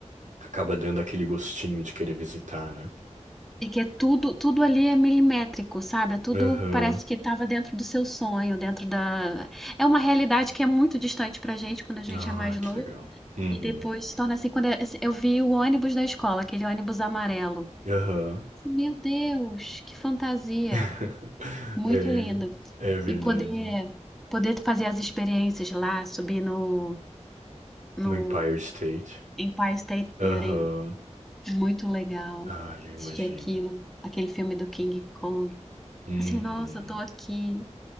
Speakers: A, on the right; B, in the centre.
A: acaba dando aquele gostinho de querer visitar, né?
B: e que é tudo, tudo ali é milimétrico, sabe? É tudo
A: Aham.
B: parece que estava dentro do seu sonho, dentro da. É uma realidade que é muito distante pra gente quando a gente
A: Ai,
B: é mais
A: que
B: novo.
A: legal. Uhum.
B: E depois se torna assim quando eu eu vi o ônibus da escola, aquele ônibus amarelo.
A: Aham.
B: Meu Deus, que fantasia!
A: <laughs>
B: Muito
A: É,
B: lindo.
A: é verdade.
B: E poder poder fazer as experiências lá, subir no
A: No
B: no
A: Empire State.
B: Empire State
A: Aham.
B: Building, muito legal.
A: Ah, eu imagino.
B: Assistir aquilo, aquele filme do King Kong.
A: Uhum.
B: Assim, nossa, tô aqui.